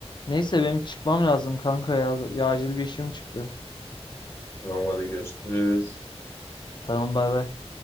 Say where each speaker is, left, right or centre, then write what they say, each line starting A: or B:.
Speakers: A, on the left; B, on the left.
A: Neyse benim çıkmam lazım kanka ya. Ya acil bir işim çıktı.
B: Tamam hadi görüşürüz.
A: Tamam bay bay.